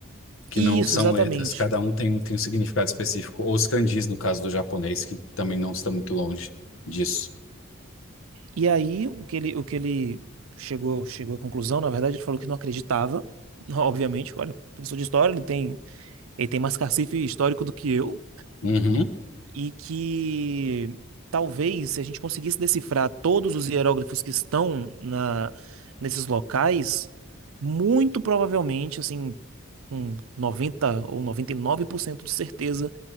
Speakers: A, on the left; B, on the right.
A: Que
B: Isso,
A: não são
B: exatamente.
A: letras, cada um tem, um- tem um significado específico. Ou os kanjis, no caso do japonês, que também não está muito longe disso.
B: E aí, o que ele, o que ele chegou, chegou à conclusão, na verdade, ele falou que não acreditava, <laughs> obviamente, olha, professor de história, ele tem, ele tem mais cacife histórico do que eu,
A: Uhum,
B: e que talvez se a gente conseguisse decifrar todos os hieróglifos que estão na, nesses locais, muito provavelmente, assim, com 90 ou 99% de certeza,